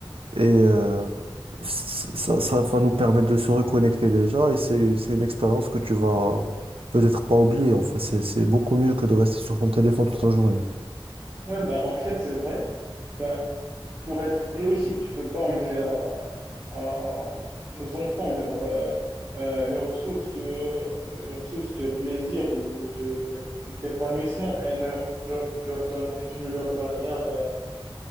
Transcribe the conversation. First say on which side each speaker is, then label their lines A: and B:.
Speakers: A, on the right (about 80°); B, on the right (about 45°).
A: Et euh, ça, ça, ça va nous permettre de se reconnecter déjà et c'est, c'est une expérience que tu vas peut-être pas oublier. En fait, c'est, c'est beaucoup mieux que de rester sur ton téléphone toute la journée.
B: Ouais, ben, en fait, c'est vrai. Ben, pour être logique, tu peux pas enlever à- à- aux enfants leur, euh, euh, leur source de, leur source de plaisir ou de d'épanouissement et ne, ne leur donne, et tu ne leur donnes rien d'un-